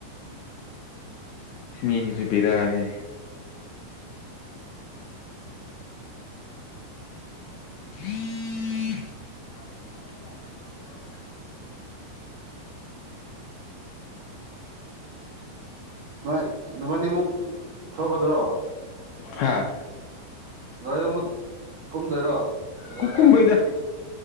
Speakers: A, on the left (about 80°); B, on the right (about 80°).
A: ꯁꯤꯃꯤꯁꯤꯁꯨ ꯄꯕꯤꯔ ꯍꯥꯏꯦ ꯎꯝ <unintelligible>
B: ꯅꯣꯏ ꯅꯕꯥꯅꯤꯃꯨꯛ ꯊꯣꯛꯀꯗ꯭ꯔꯣ
A: ꯐꯁ
B: ꯂꯣꯏꯒ ꯀꯨꯝꯗꯣꯏꯔꯣ ꯕꯖꯥꯔꯗ
A: ꯀꯀꯨꯝꯕ ꯏꯗ